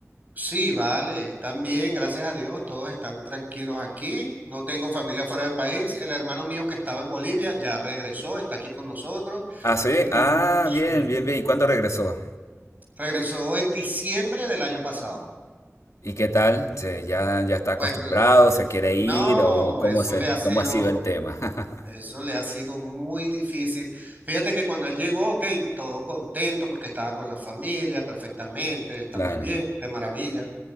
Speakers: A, on the right; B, on the left.
A: Sí, vale, están bien, gracias a Dios, todos están tranquilos aquí. No tengo familia fuera del país. El hermano mío que estaba en Bolivia ya regresó, está aquí con nosotros.
B: Ah, sí.
A: Mm,
B: Ah,
A: sí,
B: bien, bien, bien. ¿Y cuándo regresó?
A: Regresó en diciembre del año pasado.
B: ¿Y qué tal? ¿Se- ¿Ya, ya está acostumbrado?
A: Pues l-
B: ¿Se quiere
A: no,
B: ir? ¿O cómo
A: eso
B: es el,
A: le ha sido,
B: cómo ha sido el tema? <laughs>
A: eso le ha sido muy difícil. Fíjate que cuando él llegó, ok, todo contento porque estaba con la familia perfectamente, está
B: Claro,
A: muy bien, de maravilla.